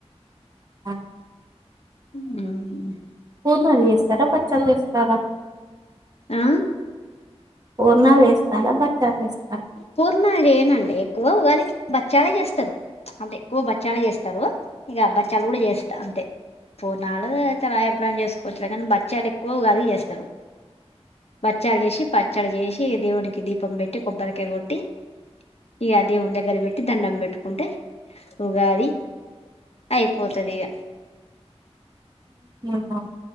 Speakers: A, on the right; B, on the left.
A: ఆ
B: మ్మ్
A: పూర్ణాలు చేస్తారా బచ్చాలు చేస్తారా
B: ఆహ్
A: పూర్ణాలు చేస్తారా బచ్చాలు చేస్తారా
B: పూర్ణాలు చెయ్యరా అండి ఎక్కువ ఉగాది బచ్చాలే చేస్తారు అంటే ఎక్కువ బచ్చాలే చేస్తారు ఇగ బచ్చాలు కూడా చేస్తా అంతే పూర్ణాలు తరువాత ఎప్పుడన్న చేసుకోవచ్చులే కానీ బచ్చాలు ఎక్కువ ఉగాదికి చేస్తారు బచ్చాలు చేసి పచ్చడి చేసి దేవునికి దీపం పెట్టి కొబ్బరి కాయ కొట్టి ఇగ దేవుని దగ్గర పెట్టి దండం పెట్టుకుంటే ఉగాది అయిపోతది ఇగ
A: ఓహో